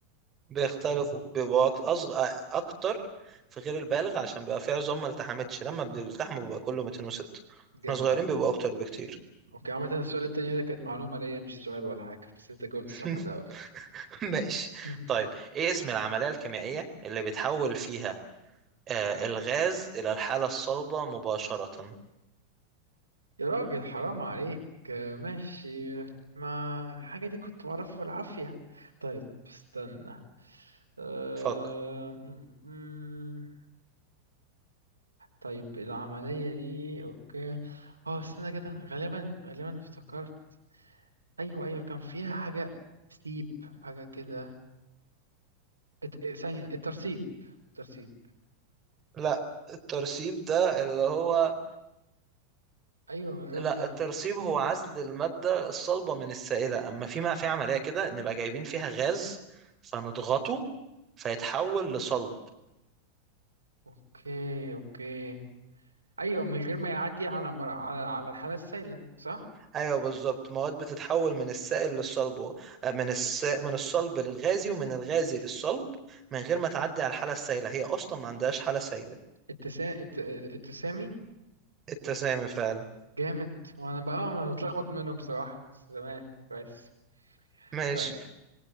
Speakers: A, on the right (about 25°); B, on the right (about 80°).
A: بيختلفوا بيبقوا أك- أصغر أكتر في غير البالغ عشان بيبقى فيه عظام ما التحمتش لما بيلتحموا بيبقى كله 206
B: جامد
A: احنا صغيرين
B: أوي.
A: بيبقوا أكتر بكتير
B: اوكي عامة السؤال التاني ده كانت معلومة ليا مش سؤال ولا حاجة بس انت جاوبت
A: <laughs>
B: صح من الأول
A: ماشي
B: <laughs>
A: طيب إيه اسم العملية الكيميائية اللي بتحول فيها آه الغاز إلى الحالة الصلبة مباشرة
B: يا راجل حرام عليك آه، ماشي ما الحاجة دي كنت بعرفها بالعافية طيب استنى أه...
A: فكر
B: م- م- م. طيب العملية دي اوكي اه استنى كده غالبا غالبا افتكرت ايوه ايوه كان فيها حاجة سيب حاجة كده الت- ثانية الترسيب الترسيب
A: لا الترسيب ده اللي هو
B: ايوه من الغزل
A: لا الترسيب هو عزل المادة الصلبة من السائلة أما في ما في عملية كده نبقى جايبين فيها غاز فنضغطه فيتحول لصلب
B: اوكي اوكي ايوه من غير ما يعدي على مر... على على الحالة السائلة صح؟
A: أيوة بالظبط مواد بتتحول من السائل للصلب و- آه، من الس... من الصلب للغازي ومن الغازي للصلب من غير ما تعدي على الحالة السائلة هي أصلا ما عندهاش حالة سائلة
B: التسا... الت... التسامي
A: التسامي فعلا
B: جامد وانا بقى انا متلخبط منهم بصراحة بس تمام كويس
A: ماشي
B: طيب